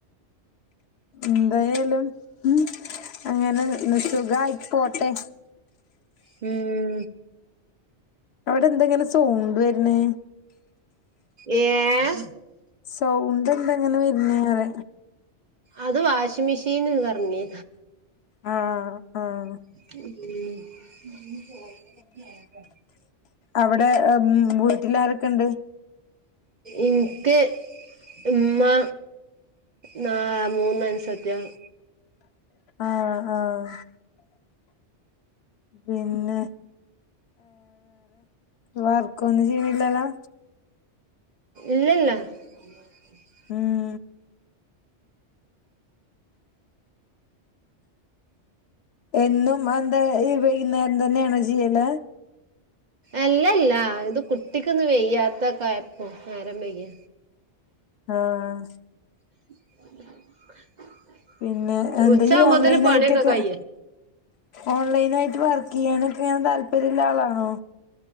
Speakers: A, on the left; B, on the right.
A: ഉം എന്തായാലും ഉ അങ്ങനെ സുഖയിട്ട് പോട്ടെ
B: ഉം.
A: അവടെ എന്തെങ്ങനെ സൗണ്ട് വര്നെ?
B: ഏഹ്?
A: സൗണ്ട് എന്തെങ്ങനെ വര്ണേപറയാ
B: അത് വാഷിം മീഷീന് കറങ്ങി.
A: ആഹ് ആഹ്
B: <unintelligible>
A: അവടെ ഉം വീട്ടില് ആരൊക്കെ ഇണ്ട്?
B: ഇൻക്ക് ഇമ്മാ, ന്നാ മൂന്നൻസത്യാള്.
A: ആഹ് ആഹ് പിന്നെ. വർക്കൊന്ന് ചിയ്യില്ലല്ലൊ?
B: ഇല്ല ഇല്ല. <unintelligible>
A: ഉം. എന്നും എന്താ ഈ വൈകുന്നേരം തന്നെയാണോ ചെയ്യല്?
B: അല്ലല്ലാ ഇത് കുട്ടിക്ക്ന്ന് വെയ്യാത്ത ക്കെയപ്പം നേരംവൈഗ്യ
A: ആഹ്
B: <inaudible>
A: പിന്നെ എന്തയ്
B: ഉച്ചാവുമ്പോത്തിന്
A: ഈ ഓൺലൈൻ
B: പണിയൊക്കെ
A: നായ്ട്ടൊക്കെ.
B: കയ്യും
A: ഓൺലൈൻ ആയിട്ട് വർക്ക് കിയ്യാനൊക്കെ താല്പര്യള്ള ആളാണോ?